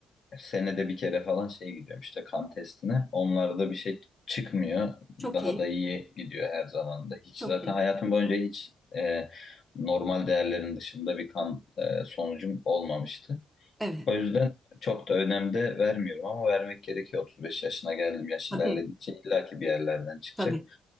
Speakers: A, on the left; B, in the centre.
A: senede bir kere falan şey gidiyorum işte kan testine. Onlarda bir şey çıkmıyor.
B: Çok
A: Daha
B: iyi,
A: da iyi gidiyor her zaman da. Hiç
B: çok
A: zaten
B: iyi.
A: hayatım boyunca hiç e, normal değerlerin dışında bir kan e, sonucum olmamıştı.
B: Evet.
A: O yüzden çok da önem de vermiyorum ama vermek gerekiyor. 35 yaşına geldim. Yaş
B: Tabii.
A: ilerledikçe illaki bir yerlerden çıkacak.
B: Tabii.